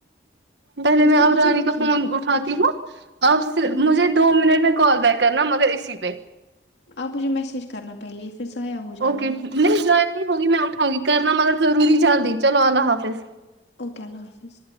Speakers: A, on the right (about 80°); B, on the left (about 80°).
A: پہلے
B: اس
A: میں اب
B: نے مجھے
A: رانی
B: بھی
A: کا
B: کیا
A: فون اٹھاتی ہوں آپ فر
B: ہ
A: مجھے دو منٹ میں کال بیک کرنا مگر اسی پہ
B: آپ مجھے میسج کرنا پہلے پھر ضائع ہو جاتا
A: اوکے
B: ہے
A: نہیں جر نہیں ہوگی میں اٹھاں گی کرنا مگر ضرور چل رہ چلو اللہ حافظ
B: اوکے اللہ حافظ